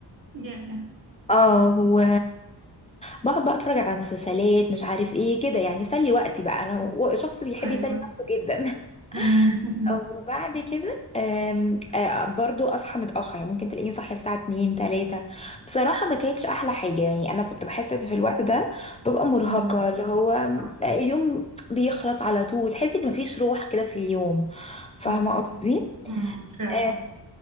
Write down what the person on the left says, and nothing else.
اه و بقعد بقى اتفرج على مسلسلات مش عارف ايه كده يعني اسلي وقتي بقى انا و- شخص بيحب
يسلي نفسه جدا <laughs>
وبعد
كده آم، آه، برضو اصحى متاخر يعني ممكن تلاقيني صاحيه الساعه 2 3 بصراحه ما كانتش احلى حاجه يعني انا كنت بحس إن في الوقت ده ببقى مرهقه
اللي هو
اليوم بيخلص على طول تحسي ان مفيش روح كده في اليوم فاهمه
قصدي
اه